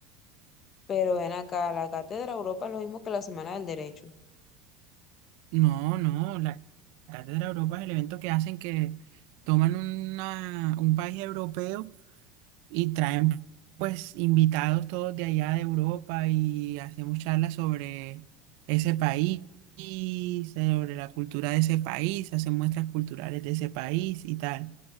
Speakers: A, on the left; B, on the right.
A: Pero ven acá, la cátedra Europa es lo mismo que la Semana del Derecho.
B: No, no, la Cátedra Europa es el evento que hacen que toman una, un país europeo y traen pues invitados todos de allá de Europa y hacemos charlas sobre ese país y sobre la cultura de ese país, hacen muestras culturales de ese país y tal.